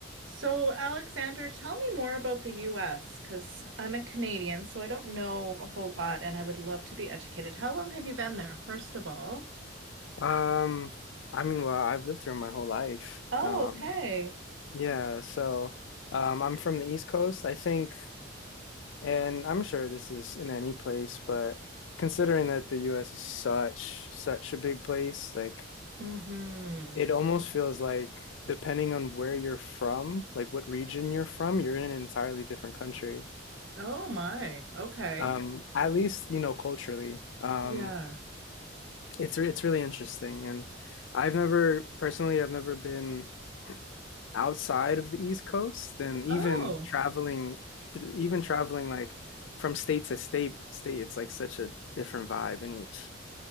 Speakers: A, on the right; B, on the left.
A: So, Alexander, tell me more about the US because I'm a Canadian, so I don't know a whole lot and I would love to be educated. How long have you been there, first of all?
B: Um, I mean, well, I've lived here my whole life.
A: Oh,
B: Um,
A: okay.
B: yeah, so um, I'm from the East Coast, I think, and I'm sure this is in any place, but considering that the US is such such a big place, like
A: Mm-hmm.
B: it almost feels like depending on where you're from, like what region you're from, you're in an entirely different country.
A: Oh my. Okay.
B: Um, at least, you know, culturally. Um,
A: Yeah.
B: it's re- it's really interesting and I've never personally I've never been outside of the East Coast, and even
A: Oh,
B: traveling, even traveling like from state to state, state, it's like such a different vibe in each.